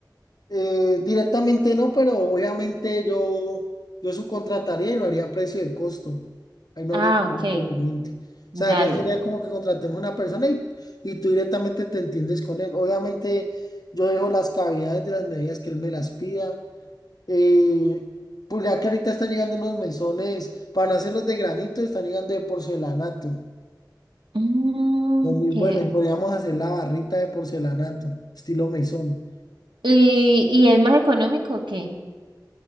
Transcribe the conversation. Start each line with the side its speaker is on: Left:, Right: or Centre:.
Left: Eh, directamente no, pero obviamente yo, yo subcontrataría y lo haría a precio de costo. Ahí no
Right: Ah,
Left: haría ningún
Right: ok.
Left: inconveniente. O
Right: Dale.
Left: sea, ya sería como que contratemos una persona y, y tú directamente te entiendes con él. Obviamente yo dejo las cavidades de las medidas que él me las pida. Eh, pues ya que ahorita están llegando unos mesones, para hacer los de granito, están llegando de porcelanato.
Right: Mm,
Left: Son muy
Right: chévere.
Left: buenos, y podríamos hacer la barrita de porcelanato, estilo mesón.
Right: ¿Y, y es más económico o qué?